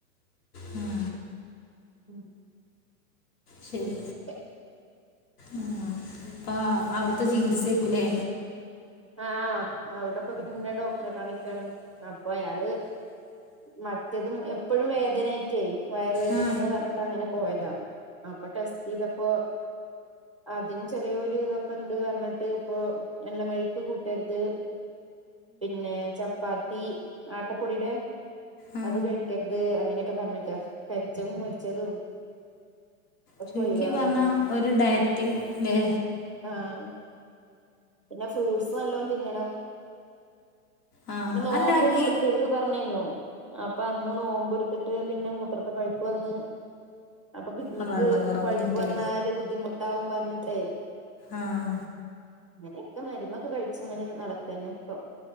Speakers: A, on the left (about 85°); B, on the right (about 25°).
A: ഉം.
B: ഉം.
A: ശരി
B: അങ്ങനെയൊക്കെ
A: ആ.
B: ഉം
A: ആ അവിടുത്തെ ചികിൽസേക്കുലേ.
B: ആഹ് അവിടെപ്പൊ ഇതിന്റെ ഡോക്ടറെ കാണിക്കാണ്. അപ്പ അയാള് മറ്റതും എപ്പഴും വേദനായിട്ടെ വയറുവേദനേന്ന്
A: ആ
B: പറഞ്ഞിട്ട് അങ്ങനെ പോയതാ. അപ്പ ടെസ്റ്റെയ്തപ്പോ, അതിന് ചെറിയോര് ഇതൊക്കെ ഇണ്ട് പറഞ്ഞിട്ട് ഇപ്പൊ എണ്ണമെഴ് ക്ക് കൂട്ടര്ത്, പിന്നെ ചപ്പാത്തി ആട്ടപ്പൊടിടെ
A: ആ
B: അത് കഴിക്കര്ത് അങ്ങനെക്ക പറഞ്ഞക്കാ. കരിച്ചതും മൊരിച്ചതും. ഒക്കെ
A: ചുരുക്കി
B: ഒഴിവാക്കാൻ
A: പറഞ്ഞാ
B: പറഞ്ഞു
A: ഒരു ഡയറ്റിങ് ഇല്ലേ
B: ആഹ് പിന്നെ ഫ്രൂട്ട്സ് നല്ലോണം തിന്നണം
A: ആ
B: പിന്നെ നോമ്പ്
A: അല്ല
B: ഒന്നും
A: ഈ
B: എടുക്കല്ലെ ന്ന് പറഞ്ഞീനു അപ്പ അന്ന് നോമ്പ് എടുത്തിട്ട് പിന്നെ മൂത്രത്തിൽ പഴുപ്പ് വന്ന് അപ്പ കിഡ്നിക്ക്
A: ആ വെള്ളം കുറവഞ്ഞിട്ടേ
B: പഴുപ്പ് വന്നാല് ബുദ്ധിമുട്ടാവും പറഞ്ഞിട്ടേ
A: ആഹ്
B: ഇങ്ങനെയൊക്കെ മരുന്നൊക്കെ കഴിച്ച് ഇങ്ങനെ നടക്കെ തന്നെ ഇപ്പൊ